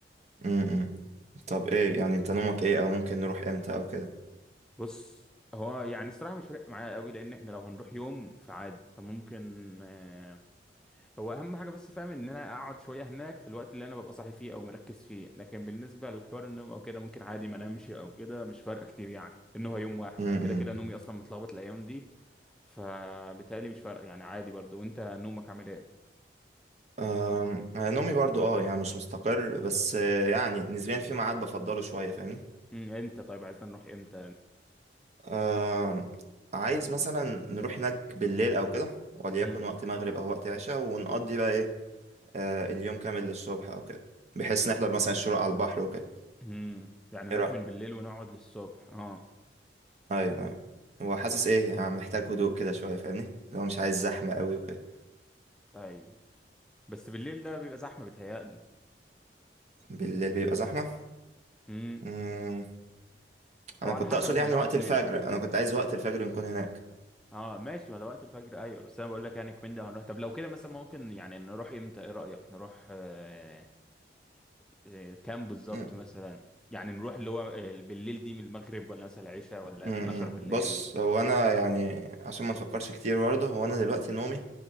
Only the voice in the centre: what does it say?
بص هو يعني الصراحه مش فارق معايا قوي لان احنا لو هنروح يوم فعادي فممكن آه، هو اهم حاجه بس فاهم ان انا اقعد شويه هناك في الوقت اللي انا ببقى صاحي فيه او مركز فيه لكن بالنسبه لحوار النوم او كده ممكن عادي ما انامش او كده مش فارقه كتير يعني ان هو يوم واحد
انا كده كده نومي اصلا متلخبط الايام دي فبالتالي مش فارقه يعني عادي برضو وانت نومك عامل ايه
امم امتى طيب عايزنا نروح امتى
امم
امم يعني نروح
من بالليل ونقعد للصبح اه
طيب بس بالليل ده بيبقى زحمه بيتهيألي
امم
او على
حسب
احنا
هنقعد
فين
اه ماشي ما ده وقت الفجر ايوه بس انا بقول لك يعني كمان ده هنروح طب لو كده مثلا ممكن يعني نروح امتى ايه رأيك نروح آه... آه... كام بالظبط
مثلا يعني نروح اللي هو آه، بالليل دي من المغرب ولا مثلا العشاء ولا
12 بالليل